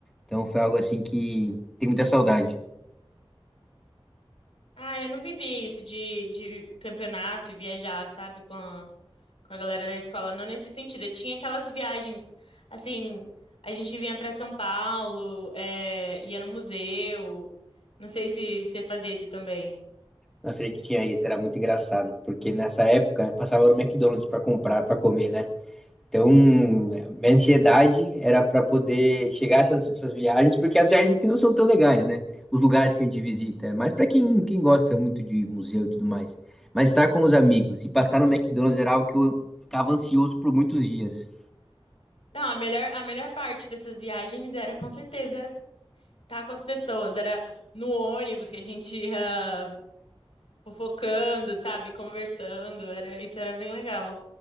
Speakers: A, in the centre; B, on the left.
A: Então foi algo assim que tem muita saudade.
B: Ah, eu não vivi isso de, de campeonato e viajar, sabe, com a, com a galera da escola. Não nesse sentido. Eu tinha aquelas viagens, assim, a gente vinha pra São Paulo, é, ia no museu. Não sei se você fazia isso também.
A: Nossa, a gente tinha isso, era muito engraçado, porque nessa época né, passava no McDonald's pra comprar, pra comer, né? Então, minha ansiedade era para poder chegar a essas, essas viagens, porque as viagens em si não são tão legais, né? Os lugares que a gente visita, mas para quem, quem gosta muito de museu e tudo mais. Mas estar com os amigos e passar no McDonald's era algo que eu ficava ansioso por muitos dias.
B: Não, a melhor, a melhor parte dessas viagens era com certeza estar com as pessoas. Era no ônibus que a gente ia fofocando, sabe, conversando. Era, isso era bem legal.